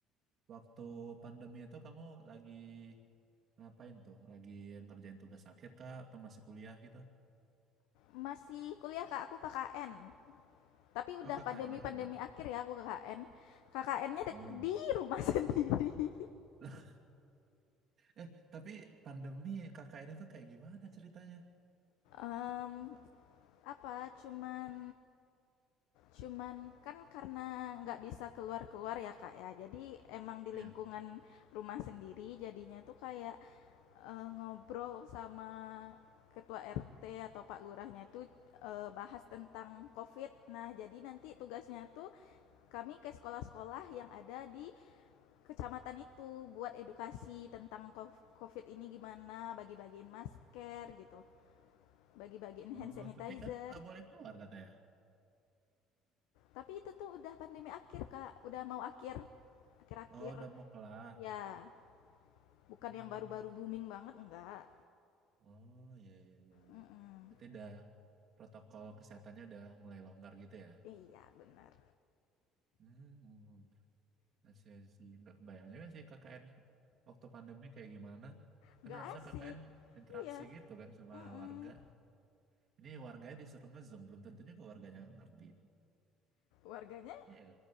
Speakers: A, on the right (about 55°); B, on the left (about 75°).
A: waktu pandemi itu kamu lagi ngapain tuh? Lagi ngerjain tugas akhir kah atau masih kuliah gitu?
B: masih kuliah, Kak, aku KKN, tapi udah
A: Oh, KKN.
B: pandemi-pandemi akhir ya aku KKN. KKN-nya
A: Hmm.
B: di rumah <laughs> sendiri,
A: <laughs> Eh, tapi pandemi KKN itu kayak gimana ceritanya?
B: mmm, apa, cuman cuman kan karena nggak bisa keluar-keluar ya, Kak, ya, jadi emang di
A: Ya.
B: lingkungan rumah sendiri jadinya tuh kayak, eee, ngobrol sama ketua RT atau pak lurahnya tuh, eee, bahas tentang COVID. Nah, jadi nanti tugasnya tuh Kami ke sekolah-sekolah yang ada di kecamatan itu buat edukasi tentang COVID ini gimana, bagi-bagiin masker gitu, bagi-bagiin hand
A: Oh,
B: sanitizer.
A: tapi kan nggak boleh keluar katanya.
B: Tapi itu tuh udah pandemi akhir, Kak. Udah mau akhir. Akhir-akhir.
A: Oh, udah mau kelar.
B: Iya, bukan
A: Hmm.
B: yang baru-baru booming banget enggak.
A: Oh iya iya iya iya.
B: Mm-mm.
A: Berarti udah protokol kesehatannya udah mulai longgar gitu ya.
B: Iya, benar.
A: Hmm, hmm, hmm. I see, I see. Nggak kebayang juga sih KKN waktu pandemi kayak gimana.
B: Enggak
A: Kan harusnya
B: asik.
A: KKN interaksi
B: Iya.
A: gitu kan sama
B: Mm-mm.
A: warga. Ini warganya disuruh nge-zoom, belum tentunya ke warganya ngerti.
B: Warganya,
A: Iya.